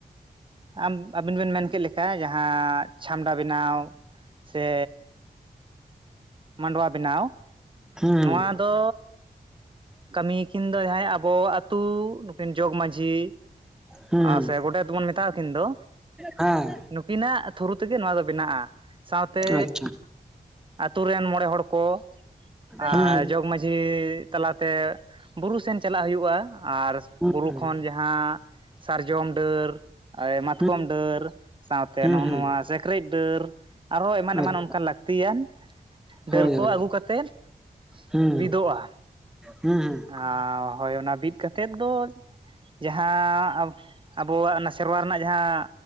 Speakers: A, on the right (about 30°); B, in the centre.
A: ᱟᱢ ᱟᱵᱤᱱ ᱵᱮᱱ ᱢᱮᱱ ᱠᱮᱜ ᱞᱮᱠᱟ ᱡᱟᱦᱟᱸ ᱪᱷᱟᱢᱰᱟ ᱵᱮᱱᱟᱣ, ᱥᱮ ᱢᱟᱸᱰᱚᱣᱟ ᱵᱮᱱᱟᱣ
B: ᱦᱩᱸ
A: ᱱᱚᱣᱟ ᱫᱚ, ᱠᱟᱹᱢᱤ ᱠᱤᱱ ᱫᱚ ᱡᱟᱦᱟᱸᱭ ᱟᱵᱚ ᱟᱛᱳ ᱱᱩᱠᱤᱱ ᱡᱚᱜᱽᱢᱟᱺᱡᱷᱤ
B: ᱦᱩᱸ
A: ᱟᱨ ᱥᱮ ᱜᱳᱴᱮᱛ ᱵᱚᱱ ᱢᱮᱛᱟ ᱟᱠᱤᱱ ᱫᱚ,
B: ᱦᱮᱸ
A: ᱱᱩᱠᱤᱱᱟᱜ ᱛᱷᱩᱨᱩ ᱛᱮᱜᱮ ᱱᱚᱣᱟ ᱫᱚ ᱵᱮᱱᱟᱜᱼᱟ᱾ ᱥᱟᱶᱛᱮ
B: ᱟᱪᱪᱷᱟ
A: ᱟᱛᱳ ᱨᱮᱱ ᱢᱚᱬᱮ ᱦᱚᱲ ᱠᱚ ᱟᱨ
B: ᱦᱩᱸ
A: ᱡᱚᱜᱽ ᱢᱟᱺᱡᱷᱤ ᱢᱟᱹᱡᱷᱤ ᱛᱟᱞᱟᱛᱮ ᱵᱩᱨᱩ ᱥᱮᱱ ᱪᱟᱞᱟᱜ ᱦᱩᱭᱩᱜᱼᱟ᱾ ᱟᱨ
B: ᱦᱩᱸ
A: ᱵᱩᱨᱩ
B: ᱦᱩᱸ
A: ᱠᱷᱚᱱ ᱡᱟᱦᱟᱸ ᱥᱟᱨᱡᱚᱢ ᱰᱟᱹᱨ, ᱢᱟᱛᱠᱚᱢ
B: ᱦᱩᱸ
A: ᱰᱟᱹᱨ, ᱥᱟᱶᱛᱮ
B: ᱦᱩᱸ
A: ᱱᱚᱜᱼᱚ
B: ᱦᱩᱸ
A: ᱱᱚᱣᱟ ᱥᱮ ᱠᱨᱮᱡ ᱰᱟᱹᱨ ᱟᱨᱦᱚᱸ ᱮᱢᱟᱱ ᱮᱢᱟᱱ
B: ᱟᱪᱪᱷᱟ
A: ᱚᱱᱠᱟᱱ ᱞᱟᱹᱠᱛᱤᱭᱟᱱ ᱰᱟᱹᱨ
B: ᱦᱳᱭ
A: ᱠᱚ
B: ᱦᱳᱭ
A: ᱟᱹᱜᱩ ᱠᱟᱛᱮᱫ,
B: ᱦᱩᱸ
A: ᱵᱤᱫᱚᱜᱼᱟ᱾
B: ᱦᱩᱸ ᱦᱩᱸ
A: ᱟᱨ ᱦᱳᱭ ᱚᱱᱟ ᱵᱤᱫ ᱠᱟᱛᱮᱫ ᱫᱚ ᱡᱟᱦᱟᱸ ᱟᱵᱚᱣᱟᱜ ᱚᱱᱟ ᱥᱮᱨᱣᱟ ᱨᱮᱱᱟᱜ ᱡᱟᱦᱟᱸ